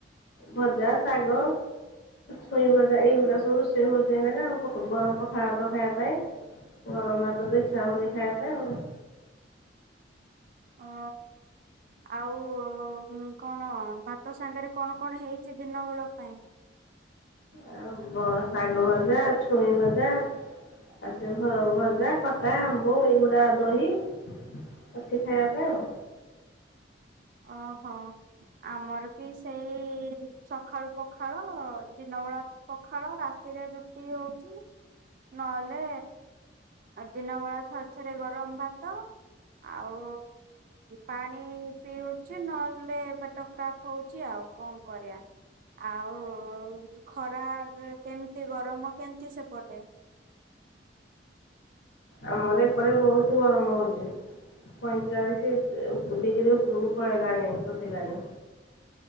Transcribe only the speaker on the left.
ଭଜା ସାଗ। ଛୁଇଁ ଭଜା ଏଇଗୁଡା ସବୁ ରୋଷେଇ ହୋଉଛି ଏଇନେକା ଆଉ ପଖମ୍ ଗରମ୍ ପଖାଳ ଭାତ ଖାଇବା ପାଇଁ। ଗରମ୍ ଭାତ ବି ଇଚ୍ଛା ହୋଉନି ଖାଇବା ପାଇଁ ଆଉ।
ଆ ବ ଶାଗ ଭଜା ଛୁଇଁ ଭଜା ଆ ସେ ଭ-ଭଜା ଖଟା ଆମ୍ବ ଏଇଗୁଡ଼ା ଦହି ଅଛି ଖାଇବା ପାଇଁ ଆଉ।
ଆମର ଏପଟେ ବୋହୁତୁ ଗରମ ହୋଉଛି। ପଇଁଚାଳିଶ ଡିଗିରି ଉପରକୁ ପଳେଇଲାଣି ଟପିଲାଣି।